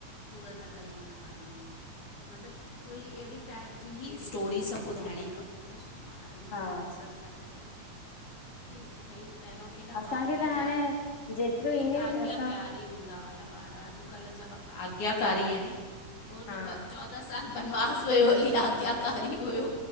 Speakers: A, on the left; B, on the left.
A: कूड़ न ॻाल्हाइण वारी। मतलब कोई एढ़ी टाइप जी ही स्टोरी, सभ ॿुधाइणी खपे। हेत ॿारन
B: हा
A: खे बि असरु त पै न, की भई पहिरों केॾा
B: असांखे
A: माउ पीउ
B: त हाणे
A: जा,
B: जेतिरियूं
A: की
B: ईंदियूं
A: आज्ञा
B: आहिनि असां
A: क्या कारी हूंदा हुया ॿार, अॼकल जा ॿार आज्ञाकारी आहिन, हू
B: हा
A: न चौ त चौदा साल बनवास वयो हली, आज्ञाकारी हुयो,